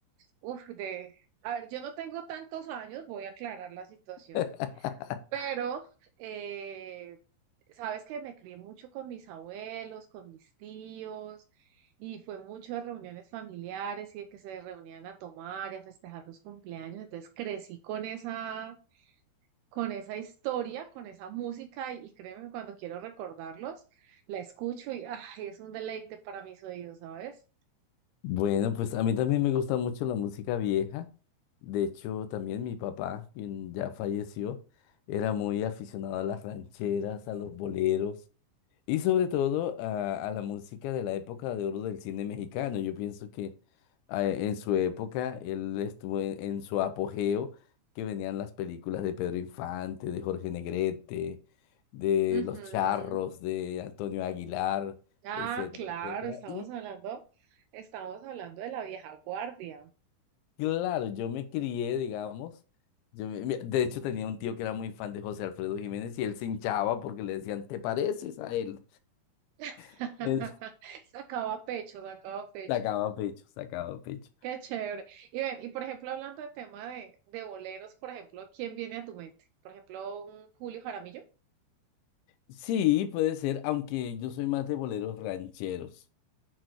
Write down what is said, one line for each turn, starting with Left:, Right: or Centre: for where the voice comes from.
Right: uf, de, a ver, yo no tengo tantos años, voy a aclarar la situación,
Left: <laughs>
Right: Pero, eh, sabes que me crié mucho con mis abuelos, con mis tíos, y fue mucho de reuniones familiares y de que se reunían a tomar y a festejar los cumpleaños. Entonces crecí con esa, con esa historia, con esa música, y, y créeme, que cuando quiero recordarlos, la escucho y ay, es un deleite para mis oídos, ¿sabes?
Left: Bueno, pues a mí también me gusta mucho la música vieja. De hecho, también mi papá, quien ya falleció, era muy aficionado a las rancheras, a los boleros. Y sobre todo a, a la música de la época de oro del cine mexicano. Yo pienso que ah, e, en su época él estuvo en, en su apogeo, que venían las películas de Pedro Infante, de Jorge Negrete, de
Right: Ujú.
Left: Los Charros, de Antonio Aguilar,
Right: Ah,
Left: etcétera,
Right: claro,
Left: etcétera.
Right: estamos
Left: Y
Right: hablando, estamos hablando de la vieja guardia.
Left: claro, yo me crié, digamos. Yo me- me- de hecho, tenía un tío que era muy fan de José Alfredo Jiménez y él se hinchaba porque le decían, ¿te pareces a él?
Right: <laughs>
Left: <laughs>
Right: Sacaba pecho, sacaba pecho.
Left: Él sacaba pecho, sacaba pecho.
Right: Qué chévere. Y ven, y por ejemplo, hablando de tema de, de boleros, por ejemplo, ¿quién viene a tu mente? Por ejemplo, un Julio Jaramillo.
Left: Sí, puede ser, aunque yo soy más de boleros rancheros.